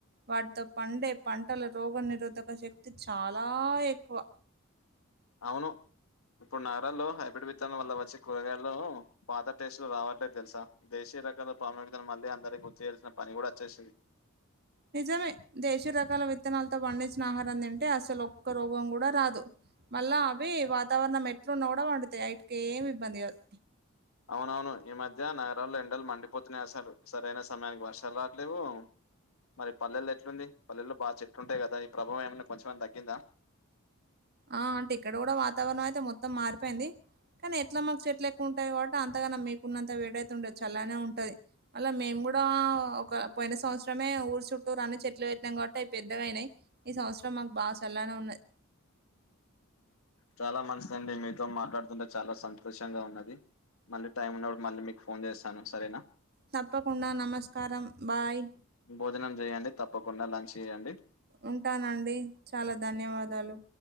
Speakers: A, on the right; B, on the left.
A: వాటితో పండే పంటల రోగ నిరోధక శక్తి చాలా ఎక్కువ
B: అవును ఇప్పుడు నారల్లో హైబ్రిడ్ విత్తనం వల్ల వచ్చి కూరగాయలు పాత టేస్టులు రావట్లేదు తెలుసా దేశీ ప్ర రకాల పాము మళ్ళీ అందరికి గుర్తుయాల్సిన పని కూడా వచ్చేసింది
A: నిజమే దేశీ రకాల విత్తనాలతో పండించిన ఆహారం తింటే అసలు ఒక్క రోగం కూడా రాదు మళ్ళా అవి వాతావరణం ఎట్లున్న కూడా వంతాయి ఇటికి ఏమి ఇబ్బంది కాదు
B: అవునవును ఈ మధ్య నగరాల్లో ఎండలు మండిపోతూనే వస్తాడు సరైన సమయానికి వర్షాలు రావట్లేవు మరి పల్లెల్లో ఎట్లుంది పల్లెల్లో బాగా చెట్లుంటాయి కదా ఈ ప్రభావం ఏమైన్నా కొంచమైనా తగ్గిందా
A: ఆ అంటే ఇక్కడ కూడా వాతావరణం అయితే మొత్తం మారిపోయింది కానీ ఎట్లా మాకు చెట్లు ఎక్కువ ఉంటాయి కాబట్టి అంతగాన్నా మీకున్నంత వేడైతే ఉండదు చల్లనే ఉంటది మళ్లా మేము కూడా ఒక పోయిన సంవత్సరమే ఊరు చుట్టూరు అన్న చెట్లు పెట్నాం కాట్టి పెద్దగా అయినాయి ఈ సంవత్సరం మాకు బాగా చల్లానే ఉన్నది
B: చాలా మంచిదండి మీతో మాట్లాడుతుంటే చాలా సంతోషంగా ఉన్నది మళ్ళీ టైం ఉన్నప్పుడు మళ్ళీ మీకు ఫోన్ చేస్తాను సరేనా
A: తప్పకుండా నమస్కారం బాయ్
B: భోజనం చేయడి తప్పకుండా లంచ్ చేయండి
A: ఉంటానండి చాలా ధన్యవాదాలు